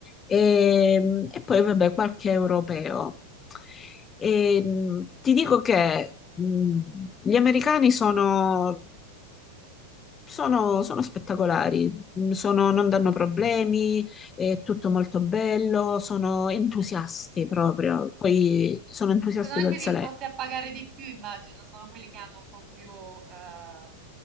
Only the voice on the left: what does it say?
e, e poi, vabbè, qualche europeo. E, mh, ti dico che mh, gli americani sono sono, sono spettacolari, mm, sono- non danno problemi, è tutto molto bello, sono entusiasti proprio, poi sono entusiasti
del
Salento.